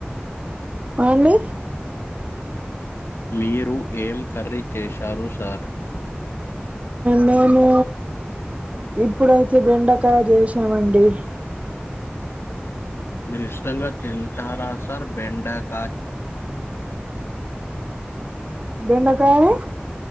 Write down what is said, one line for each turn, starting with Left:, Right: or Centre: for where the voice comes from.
Right: హా అండి
Left: మీరు ఏం కర్రీ చేశారు సార్
Right: మేము ఇప్పుడైతే బెండకాయ చేసామండి
Left: మీరు ఇష్టంగా తింటారా సార్ బెండక్
Right: బెండకాయ